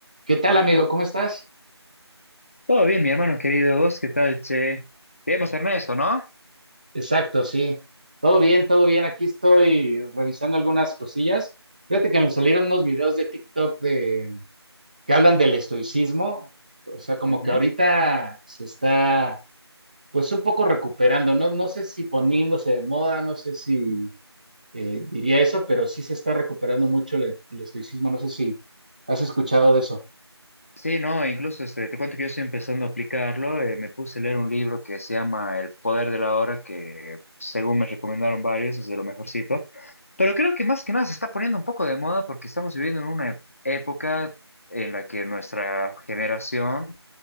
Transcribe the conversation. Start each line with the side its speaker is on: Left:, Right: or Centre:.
Right: ¿Qué tal, amigo? ¿Cómo estás?
Left: Todo bien, mi hermano querido. ¿Vos qué tal, che? Debemos Ernesto, ¿no?
Right: Exacto, sí. Todo bien, todo bien. Aquí estoy revisando algunas cosillas. Fíjate que me salieron unos videos de TikTok de que hablan del estoicismo. O sea, como
Left: Ujú.
Right: que ahorita se está, pues, un poco recuperando. No, no sé si poniéndose de moda, no sé si eh, diría eso, pero sí se está recuperando mucho el el estoicismo. No sé si has escuchado de eso.
Left: Sí, no, incluso este, te cuento que yo estoy empezando a aplicarlo. eh, me puse a leer un libro que se llama El Poder de la Hora, que según me recomendaron varios, es de lo mejorcito. Pero creo que más que nada se está poniendo un poco de moda porque estamos viviendo en una época en la que nuestra generación